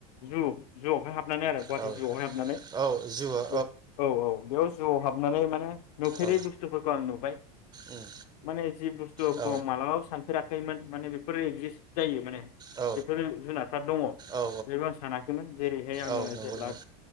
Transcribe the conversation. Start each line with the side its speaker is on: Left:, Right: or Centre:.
Left: जु जुवहाय हाब <unintelligible> नानै आरो गुवाहाटी
Right: औ
Left: जुआवहाय हाबनानै
Right: औ जुवा
Left: बे औ औ बेयाव जुआव हाबनानै माने नुफेरै
Right: औ
Left: बुस्थुफोरखौ आं नुबाय
Right: उम
Left: माने जि बुस्थुखौ
Right: औ
Left: मालाबाबो सानफेराखैमोन माने बेफोर एगजिस्ट जायो माने बेफोर
Right: औ
Left: जुनारफ्रा दङ
Right: औ
Left: बेबो आं सानाखैमोन जेरैहाय आङो
Right: औ नंगौ
Left: जेब्ला
Right: नंगौ